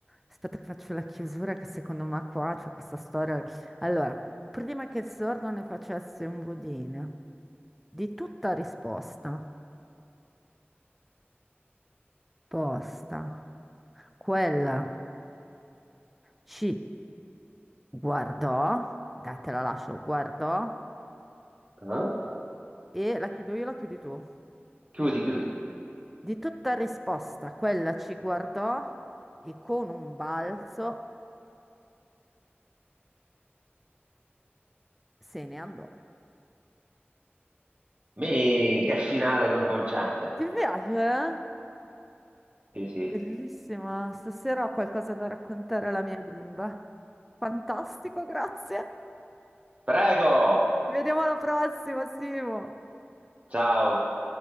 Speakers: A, in the centre; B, on the right.
A: Aspetta che faccio la chiusura, che secondo me qua c'è questa storia. Allora, prima che il sordo ne facesse un budino, di tutta risposta, posta, quella ci guardò, dai, te la lascio, guardò,
B: Ah?
A: e la chiudo io, la chiudi tu.
B: Chiudi, chiudi.
A: Di tutta risposta, quella ci guardò e con un balzo se ne andò.
B: Mi, che finale coinvolgente.
A: Ti piace? eh?
B: Sì, sì.
A: Bellissima, stasera ho qualcosa da raccontare alla mia bimba. Fantastico, grazie.
B: Prego!
A: Ci vediamo alla prossima, Simo.
B: Ciao!